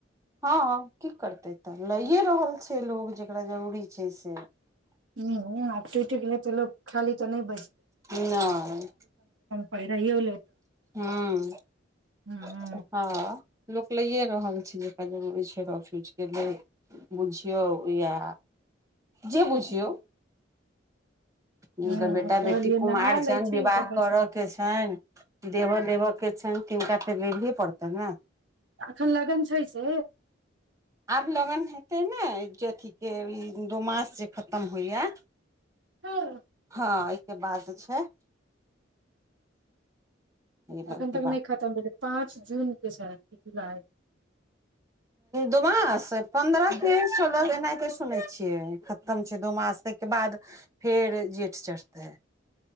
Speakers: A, on the right; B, on the right.
A: हँ कथि करतै तऽ लैए रहल छै लोग जकरा जरूरी छै से
B: ह ह आठ पे लोक खाली तऽ नहि बज
A: नहि
B: पहिराइयो
A: ह्म
B: हू
A: हँ लोक लैए रहल छै जकरा जरूरी छै र फूजके लेल बुझियौ या जे बुझियौ
B: हूँ
A: हुनकर बेटा
B: कहलियै
A: बेटी कुमार
B: नहा लै
A: छनि
B: छी
A: विवाह
B: तऽ बैसबै
A: करय केँ छनि देबह देबह केँ छनि तिनका फेर लही पड़तै ने-
B: अखन लगन छै से
A: आब लगन हेतय ने जे ई दू मास जे खतम होइए
B: हँ
A: हँ एहिकेँ बाद छैक ई
B: एखन
A: के
B: तक नहि खतम भेलै पाँच जूनकेँ छै जुलाइ
A: दूमास पन्द्रह कें सोलह के नहि सुनै छियै खतम छै दो मास तके बाद फेर जेठ चढ़ते